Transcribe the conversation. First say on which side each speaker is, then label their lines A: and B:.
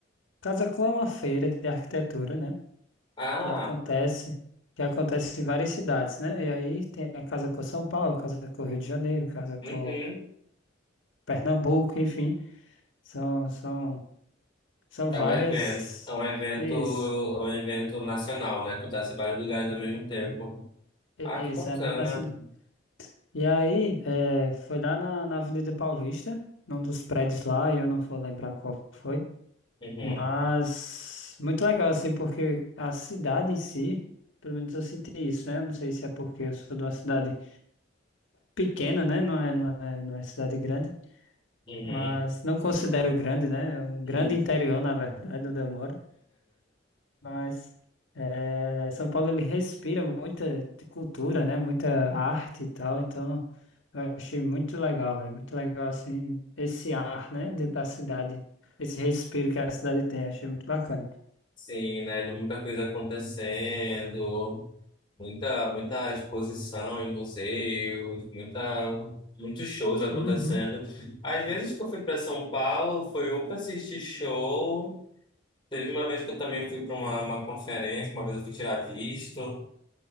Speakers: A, on the left; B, on the left.
A: Casa Cor é uma feira de arquitetura, né?
B: Ah,
A: Que acontece, que acontece em várias cidades, né? E aí tem a Casa Cor São Paulo, Casa Cor Rio de Janeiro, Casa Cor
B: uhum.
A: Pernambuco, enfim. São, são, são
B: É
A: várias.
B: um evento. É um evento,
A: Isso,
B: é um evento nacional, né? Acontece em vários lugares ao mesmo tempo. Ah,
A: isso,
B: que bacana.
A: é evento nacional. E aí, é, foi lá na, na Avenida Paulista, num dos prédios lá, eu não vou lembrar qual foi,
B: Uhum,
A: mas muito legal, assim, porque a cidade em si, pelo menos eu senti isso, né? Eu não sei se é porque eu sou de uma cidade pequena, né? Não é, não é, não é cidade grande,
B: uhum.
A: mas não considero grande, né? É um grande
B: Uhum.
A: interior, na verdade, onde eu moro. Mas é, São Paulo ele respira muita cultura, né? Muita arte e tal. Então eu achei muito legal, velho. Muito legal assim esse ar, né? de- da cidade, esse respiro que a cidade tem. Achei muito bacana.
B: <laughs> Sim, né? De muita coisa acontecendo, muita, muita exposição em museus, muita, muitos shows acontecendo.
A: Uhum,
B: Às vezes que eu fui para São Paulo, foi ou para assistir show. Teve uma vez que eu também fui para uma, uma conferência, uma vez eu fui tirar visto.